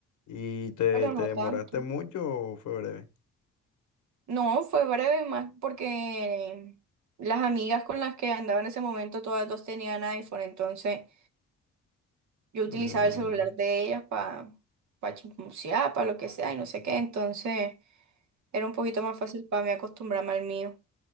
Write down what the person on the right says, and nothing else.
pero
no
tanto.
No, fue breve más porque las amigas con las que andaba en ese momento todas dos tenían iPhone, entonces yo utilizaba
el celular de ellas para pa chismosear, para lo que sea y no sé qué, entonces era un poquito más fácil para mí acostumbrarme al mío.